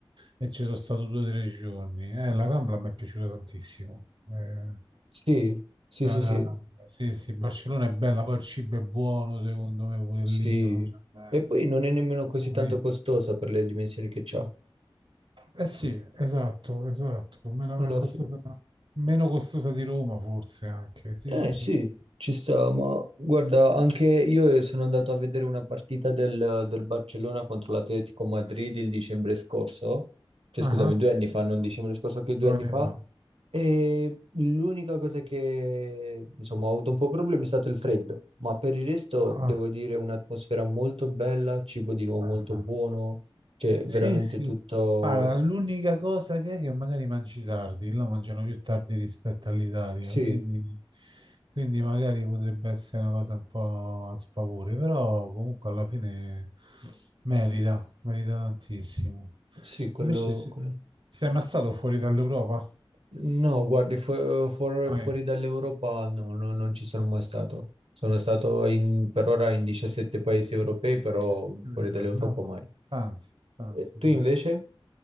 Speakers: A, on the right; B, on the right.
A: E ci sono stato due o tre giorni. Eh, la Rambla mi è piaciuta tantissimo. Eh,
B: sì, sì,
A: stata
B: sì,
A: la
B: sì.
A: Rambla. Sì, sì, Barcellona è bella, poi il cibo è buono, secondo me, pure
B: Sì.
A: lì, si mangia bene.
B: E poi non è nemmeno così
A: Ah,
B: tanto
A: io-
B: costosa per le dimensioni che c'ha.
A: eh sì, esatto, esatto, meno
B: Alla
A: eh, costosa,
B: fine.
A: meno costosa di Roma forse anche, sì,
B: Eh
A: sì.
B: sì,
A: sì.
B: ci sta, ma guarda, anche io eh, sono andato a vedere una partita del, del Barcellona contro l'Atletico Madrid il dicembre scorso, cioè
A: Ah,
B: scusami,
A: ah,
B: due anni fa, non dicembre scorso, che
A: due
B: due anni
A: anni
B: fa,
A: fa.
B: e l'unica cosa che insomma ho avuto un po' problemi è stato il freddo, ma per il resto
A: Ah,
B: devo dire un'atmosfera molto bella, cibo di
A: stupenda.
B: nuovo molto buono, cioè
A: Sì,
B: veramente
A: sì.
B: tutto...
A: sì. Guarda, l'unica cosa che è che magari mangi tardi, là mangiano più tardi rispetto all'Italia,
B: Sì,
A: quindi, quindi magari potrebbe essere una cosa un po' a sfavore, però comunque alla fine merita, merita tantissimo.
B: sì, quello...
A: Invece se-
B: quello...
A: sei mai stato fuori dall'Europa?
B: No, guardi, fu- fuor-
A: Ah,
B: fuori
A: eh.
B: dall'Europa no, no, non ci sono mai stato. Sono stato in- per ora in 17 paesi europei, però
A: 17 milioni
B: fuori
A: di
B: dall'Europa
A: euro. Mazza,
B: mai.
A: tanti, tanti,
B: E tu
A: tanti.
B: invece?